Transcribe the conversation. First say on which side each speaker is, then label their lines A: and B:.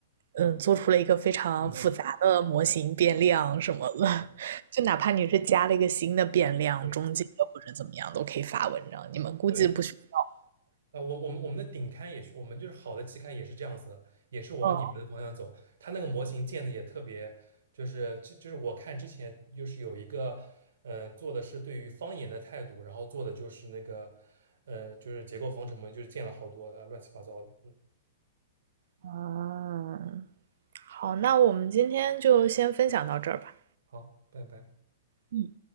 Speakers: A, on the right; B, on the right.
A: 嗯做出了一个非常复杂的模型变量什么的，
B: 嗯，对
A: <laughs> 就哪怕你是加了一个新的变量，
B: 对
A: 中间的或者怎么样都可以发文章。你们估计不需要。
B: 对。啊，我我们我们的顶刊也是，我们就是好的期刊也是这样子的，也是往你们的方向走。
A: 嗯，
B: 它那个模型建的也特别，就是这就是我看之前就是有一个，嗯、做的是对于方言的态度，然后做的就是那个，呃，就是结构方程嘛，就是建了好多呃乱七八糟的。嗯，
A: 嗯，好，那我们今天就先分享到这儿吧。
B: 好，拜拜。
A: 嗯。